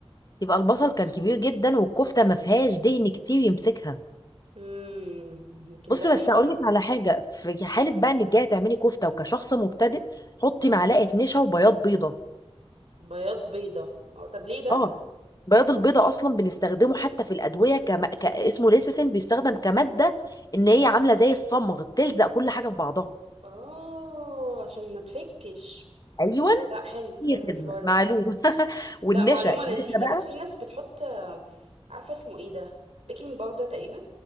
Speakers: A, on the left; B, on the right.
A: يبقى البصل كان كبير جدا والكفته ما فيهاش دهن كتير يمسكها
B: امم يمكن
A: بصي
B: ده العيب
A: بس هقول
B: فعلا
A: لك على حاجه في حاله بقى انك جايه تعملي كفته وكشخص مبتدئ حطي معلقه نشا وبياض بيضه
B: بياض بيضه اه طب ليه ده
A: اه بياض البيضة اصلا بنستخدمه حتى في الادويه كم... ك... اسمه ليسيسين بيستخدم كماده ان هي عامله زي الصمغ بتلزق كل حاجه في بعضها
B: اه عشان ما تفكش
A: ايوه
B: لا حلو
A: هي
B: حلو
A: خدمه
B: الحوار
A: معلومه
B: ده
A: <laughs> والنشا
B: لا معلومه لذيذه
A: النشا بقى
B: بس في ناس بتحط آه، عارفه اسمه ايه ده بيكنج باودر تقريبا